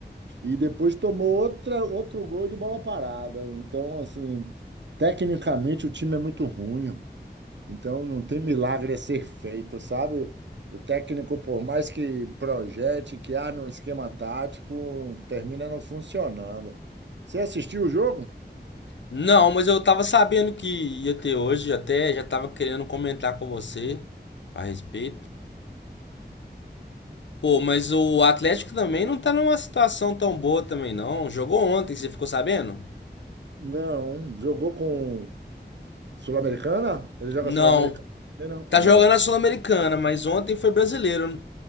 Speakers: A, on the right (about 80°); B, on the left (about 90°).
A: e depois tomou outra, outro gol de bola parada. Então, assim, tecnicamente o time é muito ruim. Então, não tem milagre a ser feito, sabe? O técnico, por mais que projete, que arme um esquema tático, termina não funcionando. Você assistiu o jogo?
B: Não, mas eu tava sabendo que ia ter hoje, até já tava querendo comentar com você a respeito. Pô, mas o Atlético também não tá numa situação tão boa também não. Jogou ontem, você ficou sabendo?
A: Não. Jogou com Sul-Americana? Ele joga
B: Não.
A: Sul-Americana? Não.
B: Tá
A: Não.
B: jogando a Sul-Americana, mas ontem foi brasileiro.